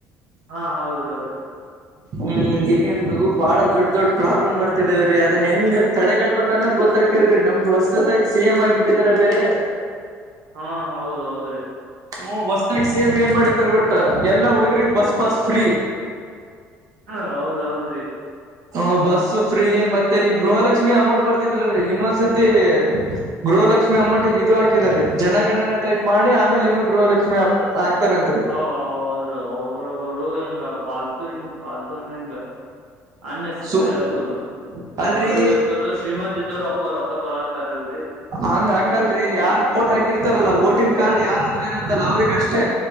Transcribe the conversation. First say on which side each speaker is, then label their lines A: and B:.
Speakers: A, on the right; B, on the right.
A: ಹಾ ಹೌದ್ರಿ ಹೌದ್ರೀ
B: ಹ್ಮ್ ಈಗಿಂದು ಬಾಳ ದೊಡ್ ದೊಡ್ ಪ್ರಾಬ್ಲಮ್ ಬರ್ತಿದೇವ್ರೀ ಅದನ್ ಹೆಂಗ ತಡೆ ಕಟ್ಬಬೇಕ ಅನ್ನೋದು ಗೊತ್ತಾಗವಲ್ದಿ ರೀ ನಮ್ದ್ ಹೊಸದಾಗಿ ಸಿ ಎಮ್ ಆಗಿಬಟ್ಟಿದಾರ ಬೇರೆ
A: ಹಾ ಹೌದೌದ್ರಿ
B: ಹ ಬಸ್ತಾಗ ಸಿ ಎಮ್ ಏನ್ ಮಾಡಿದಾರ ಬಟ್ ಎಲ್ಲಾ ಹುಡುಗ್ರಗ್ ಬಸ್ ಪಾಸ್ ಫ್ರೀ
A: ಹ ಹೌದೌದ್ರಿ
B: ಹ್ಮ ಬಸ್ ಫ್ರೀ ಮತ್ತೆ ಈಗ ಗೃಹಲಕ್ಷ್ಮಿ ಅಮೌಂಟ್ ಬರ್ತಿದ್ರಲ್ರರಿ ಇನ್ನೊಂದ್ಸತಿ ಗೃಹಲಕ್ಷ್ಮಿ ಅಮೌಂಟ್ಿಗೆ ಇದು ಹಾಕಿದ ರೀ ಜನಗಣನೆ ಟೈಪ್ ಮಾಡಿ ಆಮೇಲೆ ಇನ್ನುೂ ಗೃಹಲಕ್ಷ್ಮಿ ಹಾಕ್ತಾರಂತ್ರಿ
A: ಹ ಹೌದ್ರ ಒಬ್ಬರು ಒಬ್ಬರು ಹಿಂಗ ಪಾಲ್ ಹಿಂಗ ಪಾಲ್ತು ಅಂದ್ರೆ ಹಿಂಗ ಅನ್ಸಸರಿ
B: ಸು
A: ಅದು ಇದು
B: ಅಲ್ರರಿ
A: ಬಡೂರ್ ಇದ್ದವರು ಶ್ರೀಮಂತ್ ಇದ್ದವರು ಒಕೋ ರೊಕ್ಕ ತೊಳತಾರಲ್ರರಿ
B: ಹಂಗ ಹಂಗಲ್ರಿ ಯಾರ್ ಓಟ್ ಹಕೀರ್ತಾರಲ್ಲ ಓಟನ್ ಕಾರ್ಡ್ ಯಾರತ್ರ ಇರತ್ತಲ್ಲ ಅವ್ರಗ್ ಅಷ್ಟೇ